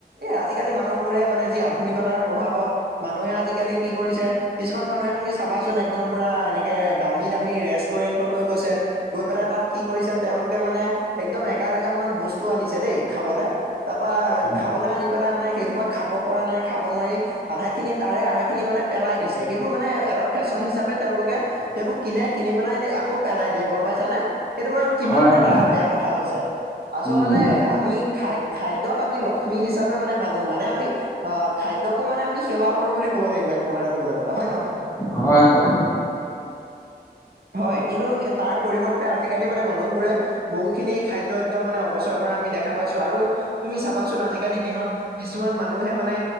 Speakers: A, on the right; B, on the left.
A: এ আজিকালি মানুহবোৰে মানে যি আধুনিকতাৰ প্ৰভাৱত মানুহে আজিকালি কি কৰিছে কিছুমান মানুহে তুমি চাবাচোন একদম পুৰা এনেকে দামী দামী ৰেষ্টুৰেণ্টলৈ গৈছে। গৈ পেলাই তাত কি কৰিছে তেওঁলোকে মানে একদম এগাল এগাল মান বস্তু আনিছে দেই খাবলে তাপা
B: হয়
A: খাবলে আনি পেলাই মানে সেইসোপা খাব পৰা নাই, খাব নোৱাৰি আধাখিনি তাৰে আধা খিনি মানে পেলাই দিছে সেইবোৰ মানে এটা ফেশ্বন হিচাপে তেওঁলোকে সেইবোৰ কিনে, কিনি পেলাই, আকৌ পেলাই দিয়ে, গম পাইছানে সেইটো বাৰু কিমান
B: হয়
A: এটা
B: হয়
A: বেয়া কথা হৈছে, আচলতে
B: উম উম
A: আমি খা খাদ্যক আমি লক্ষ্মী হিচাপে মানে মানো মানে আমি অ খাদ্যকো মানে আমি সেৱা কৰো বুলি ক'ব লাগিব এক প্ৰকাৰে ক'বলৈ গ'লে হয় নহয়
B: হয় হয়
A: হয়। কিন্তু তাৰ পৰিৱৰ্তে আজিকালি মানে মানুহবোৰে বহু খিনি খাদ্য একদম মানে অপচয় কৰা আমি দেখ খা পাইছো আৰু তুমি চাবাচোন আজিকালি দিনত কিছুমান মা মানুহে মানে